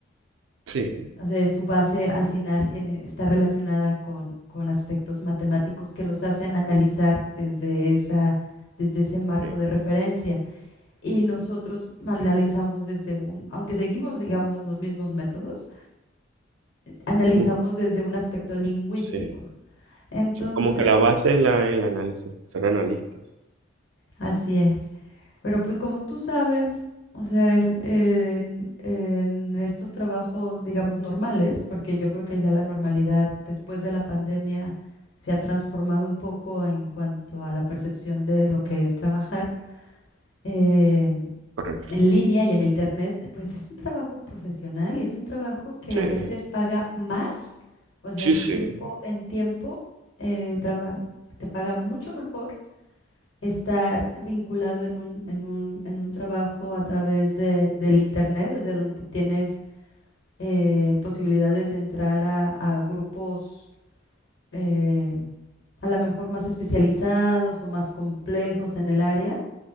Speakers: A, on the right; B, on the left.
A: sí,
B: O sea, su base al final tiene, está relacionada con, con aspectos matemáticos que los hacen analizar desde esa, desde ese marco
A: sí,
B: de referencia. Y nosotros analizamos desde un, aunque seguimos, digamos, los mismos métodos, analizamos
A: Mu-
B: desde un aspecto lingüístico.
A: sí,
B: Entonces,
A: sí. Como que la base es, la, el análisis, ser analistas.
B: así es. Pero pues como tú sabes, o sea, en, en- en estos trabajos, digamos, normales, porque yo creo que ya la normalidad después de la pandemia se ha transformado un poco en cuanto a la percepción de lo que es trabajar eh,
A: Correcto.
B: en línea y en internet, pues es un trabajo profesional y es un trabajo que
A: Sí,
B: a veces paga más, o sea,
A: sí,
B: en
A: sí.
B: tiempo, en tiempo eh, traba- te paga mucho mejor estar vinculado en un, en un, en un trabajo a través de, del internet, o sea, donde tienes eh, posibilidades de entrar a, a grupos eh, a lo mejor más especializados o más complejos en el área.